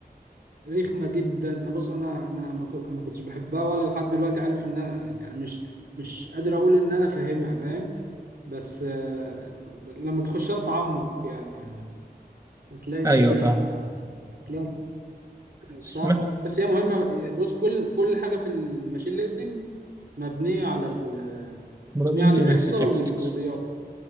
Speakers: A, on the right (about 70°); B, on the right (about 20°).
A: رخمه جدا انا بص انا انا ما كو- أنا ما كنتش بحبها ولا لحد دلوقتي عارف ان أنا يعني مش مش قادر اقول ان انا فاهمها فاهم بس آه، لما تخشها بتعمق يعني يعني هتلاقي الدنيا
B: ايوه فاهم
A: تلاقي
B: سمعت
A: صع... بس هي مهمه بص كل كل حاجه في الماشين ليرنينج مبنيه على ال...
B: probability
A: مبنيه على الاحصاء
B: وال statistics
A: وال... والرياضه